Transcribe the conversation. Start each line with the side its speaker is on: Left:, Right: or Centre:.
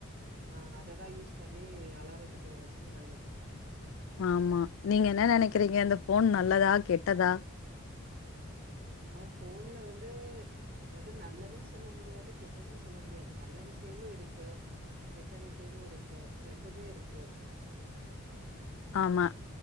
Right: ஆ அததா யூஸ் பண்ணி அலாரத்துக்கு வச்சுகிறாங்க
Left: ஆம்மா நீங்க என்ன நெனைக்கிறீங்க இந்த ஃபோன் நல்லதா கெட்டதா
Right: அ ஃபோன்ல வந்து அதாது நல்லதுன் சொல்ல முடியாது கெட்டதுன் சொல்ல முடியாது நல்ல விஷயமு இருக்கு கெட்ட விஷயமு இருக்கு ரெண்டுமே இருக்கு
Left: ஆம்மா